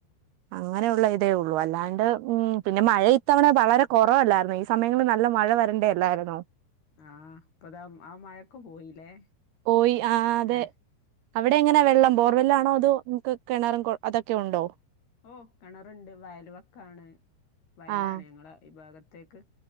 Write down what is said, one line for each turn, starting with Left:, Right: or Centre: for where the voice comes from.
Right: അങ്ങനെയുള്ള ഇതേ ഉള്ളൂ അല്ലാണ്ട് ഉം പിന്നെ മഴ ഇത്തവണ വളരെ കുറവല്ലായിരുന്നു ഇ സമയങ്ങളിൽ നല്ല മഴ വരേണ്ട അല്ലായിരുന്നോ
Left: ആഹ് ഇപ്പൊതാ ആ മഴക്ക പോയില്ലേ
Right: പോയി ആഹ് അതെ
Left: ഏഹ്
Right: അവിടെ എങ്ങനെയാ വെള്ളം ബോർ വെല്ലാണോ അതോ നമുക്ക് കിണറും കൊ അതൊക്കെ ഉണ്ടോ
Left: ഓഹ് കിണറുണ്ട് വയൽ വക്കാണ് വയലാണ്
Right: ആഹ്
Left: ഞങ്ങളെ ഈ ഭാഗത്തേക്ക്